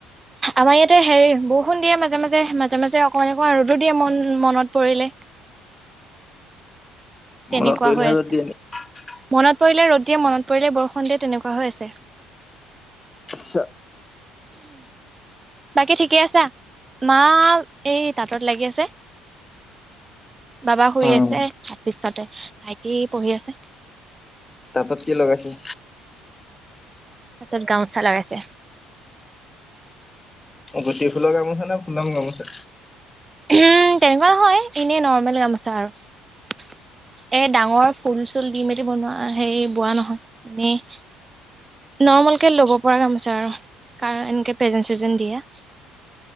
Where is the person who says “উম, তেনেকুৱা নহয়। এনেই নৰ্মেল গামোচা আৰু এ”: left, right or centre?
Right